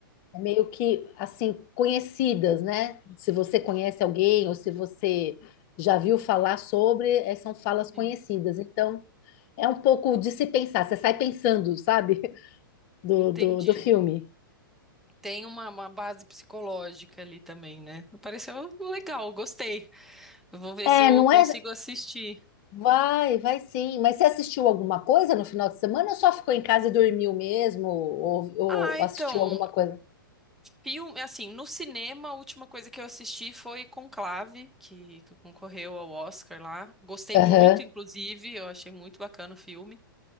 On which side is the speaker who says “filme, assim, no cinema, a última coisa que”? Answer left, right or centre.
Centre